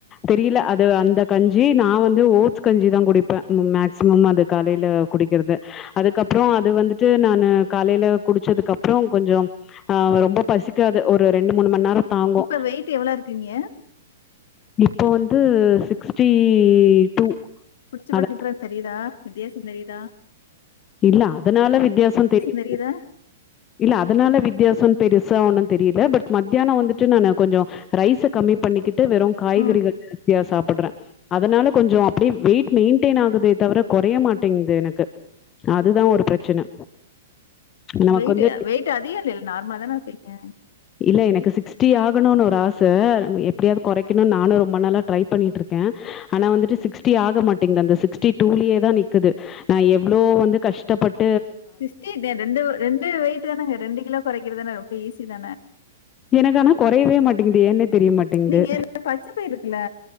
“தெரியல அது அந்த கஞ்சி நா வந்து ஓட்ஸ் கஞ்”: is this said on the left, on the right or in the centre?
Left